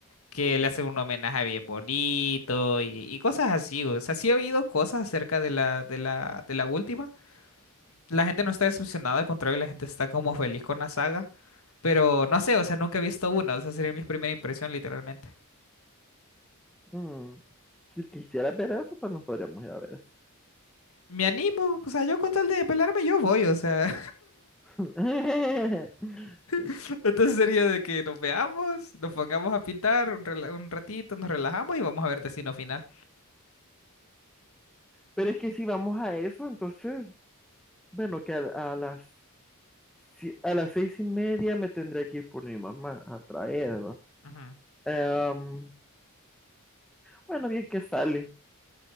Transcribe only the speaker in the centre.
Mm, Si quisiera ver eso, también podríamos ir a ver eso.
<laughs> Sí.
Pero es que si vamos a eso, entonces, bueno, que a, a las si- a las seis y media me tendré que ir por mi mamá a traerla.
Em, bueno, bien que sale.